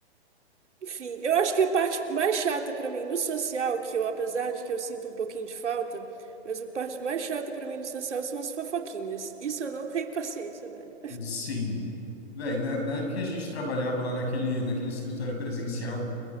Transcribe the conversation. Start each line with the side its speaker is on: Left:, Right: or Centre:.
Right: enfim, eu acho que a parte mais chata pra mim no social, que eu, apesar de que eu sinto um pouquinho de falta, mas a parte mais chata pra mim no social são as fofoquinhas. Isso eu não tenho <laughs> paciência, velho.
Left: Sim. Véi, na, na época que a gente trabalhava lá naquele, naquele escritório presencial,